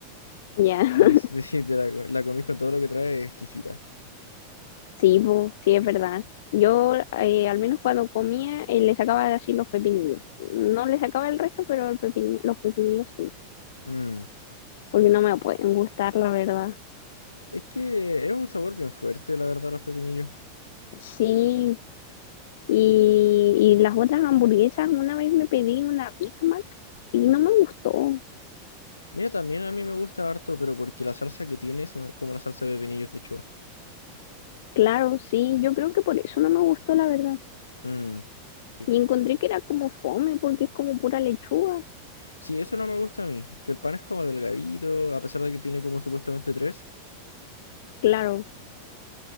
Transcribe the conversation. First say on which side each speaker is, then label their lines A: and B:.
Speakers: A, on the left (about 55°); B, on the left (about 80°).
A: ya,
B: <laughs>
A: <laughs>
B: Y si si te la, la comís con todo lo que trae, es exquisita.
A: sí, po, sí, es verdad. Yo, eh, al menos cuando comía, eh, le sacaba así los pepinillos. No le sacaba el resto, pero el pepini- los pepinillos sí,
B: Mm.
A: porque no me pueden gustar, la verdad.
B: Es que es un sabor bien fuerte, la verdad, los pepinillos.
A: Sí, y, y las otras hamburguesas, una vez me pedí una Big Mac y no me gustó.
B: Mira, también a mí me gusta harto, pero porque la salsa que tiene es una- como una salsa de pepinillos de hecho.
A: Claro, sí, yo creo que por eso no me gustó, la verdad.
B: Mm. Sí.
A: Y encontré que era como fome porque es como pura lechuga,
B: Sí, eso no me gusta a mí, que el pan es como delgadito, a pesar de que tiene como supuestamente tres.
A: claro,